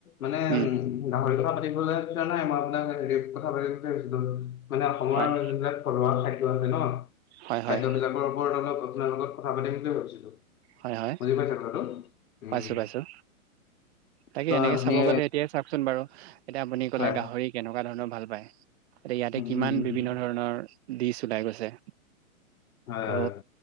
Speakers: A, on the left; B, on the right.
A: মানে
B: উম,
A: গাহৰি কথা পাত পাতিবলে ইচ্ছা নাই মই আপোনাক হেৰিত কথা পাতিম বুলি ভাবিছিলোঁ মানে অসমৰ
B: হয়,
A: যোনিবিলাক থলুৱা ঠাইত <unintelligible>
B: হয়, হয়,
A: খাদ্য বিলাকৰ ওপৰত অলপ আপোনাৰ লগত কথা পাতিম বুলিয়ে ভাবিছিলো।
B: হয়, হয়।
A: বুজি পাইছে কথাটো উম
B: পাইছোঁ, পাইছোঁ তাকে
A: ত
B: এনেকে
A: আপুনি
B: চাব গ'লে এতিয়াই চাওচোন বাৰু এতিয়া গাহৰি
A: হয়
B: কেনেকা ধৰণৰ ভাল পায়। এয়া ইয়াতে
A: উম
B: কিমান
A: উম, উম,
B: বিভিন্ন ধৰণৰ দিচ ওলাই গৈছে।
A: হয়
B: ত'